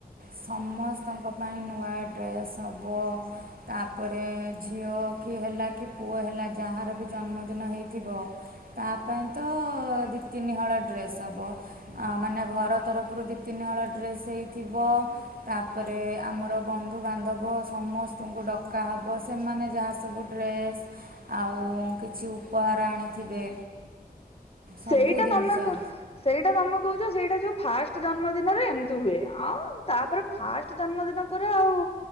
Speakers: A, on the right; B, on the left.
A: ସମସ୍ତଙ୍କ ପାଇଁ ନୂଆ ଡ୍ରେସ୍ ହବ, ତାପରେ ଝିଅ କି ହେଲା କି ପୁଅ ହେଲା ଯାହାର ବି ଜନ୍ମଦିନ ହେଇଥିବ, ତା ପାଇଁ ଅଁ ଦି ତିନିହଳ ଡ୍ରେସ ହବ, ମାନେ ଘର ତରଫରୁ ଦି ଦି ତିନି ହଳ ଡ୍ରେସ୍ ହେଇଥିବ-ଅ, ତାପରେ ଆମର ବନ୍ଧୁବାନ୍ଧବ ସମସ୍ତଙ୍କୁ ଡକାହବ, ସେମାନେ ଯାହା ସବୁ ଡ୍ରେସ୍ ଆଉ କିଛି ଉପହାର ଆଣିଥିବେ
B: ସେଇଟା
A: ସବୁ ଜିନିଷ
B: ତମେ କ ସେଇଟା ତମେ କହୁଛ ସେଇଟା ଯୋଉ ଫାଷ୍ଟ ଜନ୍ମ ଦିନରେ ଏମିତି ହୁଏ, ଆଉ ତାପରେ ଫାଷ୍ଟ ଜନ୍ମଦିନ ପରେ ଆଉ